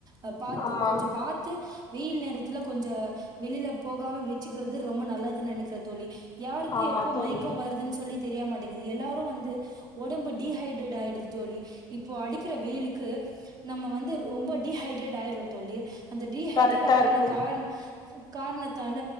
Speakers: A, on the right; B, on the left.
A: அ பாத்து
B: ஆமா
A: கொஞ்ச பாத்து வெயில் நேரத்துல கொஞ்ச வெளில போகாம வெச்சுக்குறது ரொம்ப நல்லதுன் நெனைக்கிற தோழி யாருக்கு
B: ஆமா
A: எப்போ
B: தோழி
A: மயக்க வருதுன் சொல்லி தெரியா மாட்டேங்குது எல்லாரு வந்து ஒடம்பு டீஹைட்ரேட் ஆயிடுது தோழி இப்போ அடிக்கிற வெயிலுக்கு நம்ம வந்து ரொம்ப டிஹைட்ரேட் ஆயிடுரோ தோழி அந்த டீஹைட்ரேட்
B: கரெக்டா
A: ஆன
B: இருக்கு
A: காரண் காரணத்தால